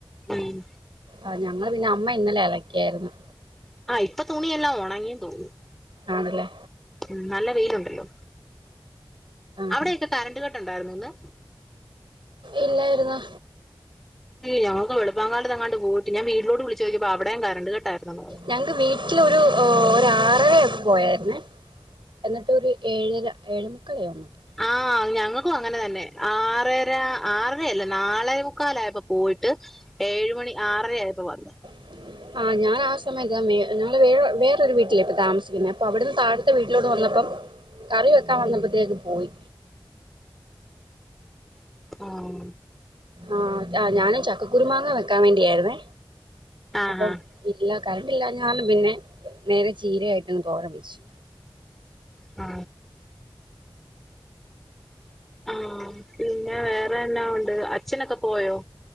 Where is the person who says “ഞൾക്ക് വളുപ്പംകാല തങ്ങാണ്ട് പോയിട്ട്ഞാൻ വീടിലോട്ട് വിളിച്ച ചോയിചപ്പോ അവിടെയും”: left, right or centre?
Centre